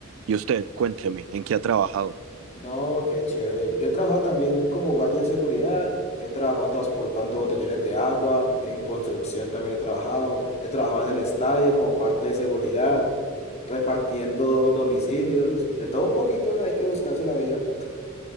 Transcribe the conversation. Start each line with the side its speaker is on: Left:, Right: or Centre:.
Right: Y usted, cuénteme, ¿en qué ha trabajado?
Left: No, qué chévere. Yo he trabajado también como guardia de seguridad, he trabajado transportando botellones de agua, en construcción también he trabajado, he trabajado en el estadio como parte de seguridad, repartiendo domicilios, de todo un poquito hay que buscarse la vida.